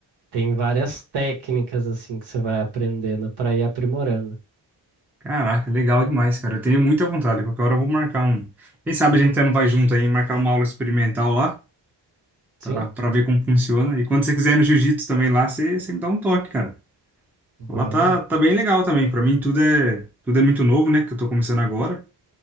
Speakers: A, on the right; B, in the centre.
A: tem várias técnicas assim que você vai aprendendo para ir aprimorando.
B: Caraca, legal demais, cara. Eu tenho muita vontade. Qualquer hora eu vou marcar um. Quem sabe a gente até não vai junto aí, marcar uma aula experimental lá,
A: Sim,
B: pra, pra ver como funciona. E quando você quiser ir no jiu-jitsu também lá, você, você me dá um toque, cara.
A: vamos.
B: Lá tá, tá bem legal também. Pra mim tudo é, tudo é muito novo, né? Que eu tô começando agora.